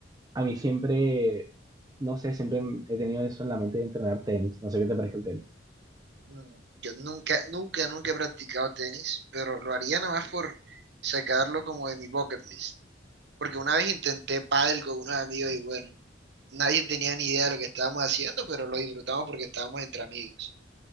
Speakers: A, on the right (about 20°); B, on the right (about 60°).
A: A mí siempre, no sé, siempre he tenido eso en la mente de entrenar tenis. No sé qué te parece el tenis.
B: Mm, Yo nunca, nunca, nunca he practicado tenis, pero lo haría nada más por sacarlo como de mi bucket list. Porque una vez intenté pádel con unos amigos y bueno, nadie tenía ni idea de lo que estábamos haciendo, pero lo disfrutamos porque estábamos entre amigos.